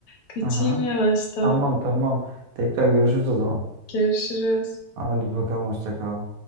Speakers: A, on the left; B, on the right.
A: Kaçayım
B: Aha,
A: yavaştan.
B: tamam tamam. Tekrar görüşürüz o zaman.
A: Görüşürüz.
B: Hadi bakalım hoşça kal.